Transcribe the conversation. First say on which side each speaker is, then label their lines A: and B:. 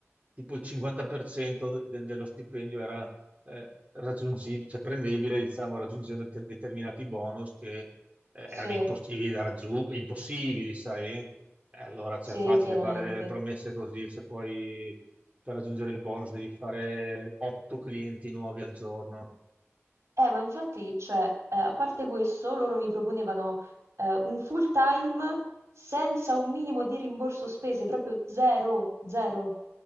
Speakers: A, on the right (about 30°); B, on the right (about 90°).
A: tipo il 50% de- dello stipendio era eh, raggiungibile, cioè prendibile, diciamo, raggiungendo te- determinati bonus che eh, erano
B: Sì,
A: impossibili da raggiungere, impossibili, sai? E allora, cioè,
B: sì,
A: è facile
B: chiaramente.
A: fare promesse così, se poi per raggiungere il bonus devi fare otto clienti nuovi al giorno.
B: Eh, ma infatti, cioè, eh, a parte questo, loro mi proponevano eh, un full time senza un minimo di rimborso spese, proprio zero, zero.